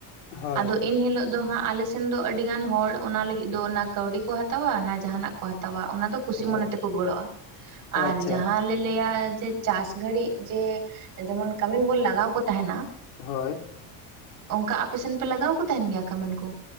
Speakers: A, on the left; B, on the right.
A: ᱦᱳᱭ
B: ᱟᱫᱚ ᱮᱱᱦᱤᱞᱳᱜ ᱫᱚ ᱦᱟᱸᱜ ᱟᱞᱮ ᱥᱮᱱ ᱫᱚ ᱟᱹᱰᱤᱜᱟᱱ ᱦᱚᱲ ᱚᱱᱟ ᱞᱟᱹᱜᱤᱫ ᱫᱚ ᱚᱱᱟ ᱠᱟᱹᱣᱰᱤ ᱠᱚ ᱦᱟᱛᱟᱣᱟ᱾ ᱚᱱᱟ ᱡᱟᱸᱦᱟᱱᱟᱜ ᱠᱚ ᱦᱟᱛᱟᱣᱟ ᱚᱱᱟ ᱫᱚ ᱠᱩᱥᱤ
A: ᱦᱳᱭ
B: ᱢᱚᱱᱮ ᱛᱮᱠᱚ ᱜᱚᱲᱚᱜ-ᱟ᱾
A: ᱚ
B: ᱟᱨ
A: ᱟᱪᱪᱷᱟ
B: ᱡᱟᱦᱟᱸ ᱞᱟᱹᱭᱟ ᱡᱮ ᱪᱟᱥ ᱜᱷᱟᱹᱲᱤᱡ ᱡᱮ ᱡᱮᱢᱚᱱ ᱠᱟᱹᱢᱤᱱ ᱵᱚᱱ ᱞᱟᱜᱟᱣ ᱠᱚ ᱛᱟᱦᱮᱱᱟ,
A: ᱦᱳᱭ᱾
B: ᱚᱱᱠᱟ ᱟᱯᱮ ᱥᱮᱱ ᱯᱮ ᱞᱟᱜᱟᱣ ᱠᱚ ᱛᱟᱦᱮᱱ ᱜᱮᱭᱟ ᱠᱟᱹᱢᱤᱱ ᱠᱚ?